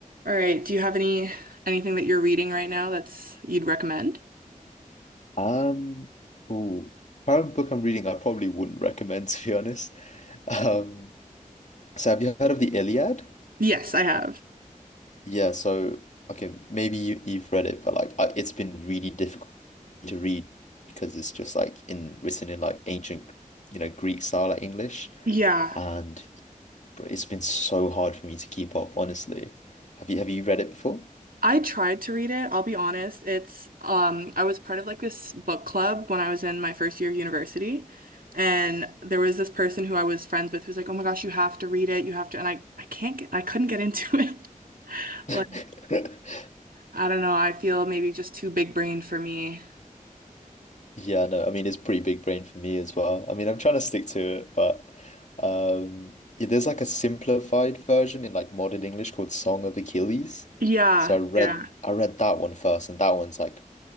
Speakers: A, on the right; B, on the left.
A: All right. Do you have any anything that you're reading right now that's you'd recommend?
B: Um, ooh, current book I'm reading, I probably wouldn't recommend <laughs> to be honest. Um, so have you heard of the Iliad?
A: Yes, I have.
B: Yeah, so okay, maybe you, you've read it, but like I, it's been really difficult to read because it's just like in written in like ancient, you know, Greek style like English,
A: Yeah,
B: and br- it's been so hard for me to keep up, honestly. Have you have you read it before?
A: I tried to read it. I'll be honest. It's um I was part of like this book club when I was in my first year of university. And there was this person who I was friends with who's like, "Oh my gosh, you have to read it. You have to." And I I can't get I couldn't get into <laughs> it. Like,
B: <laughs>
A: I don't know. I feel maybe just too big brained for me.
B: Yeah, no, I mean it's pretty big brain for me as well. I mean I'm trying to stick to it, but um yeah, there's like a simplified version in like modern English called Song of Achilles.
A: Yeah,
B: So I read
A: yeah.
B: I read that one first and that one's like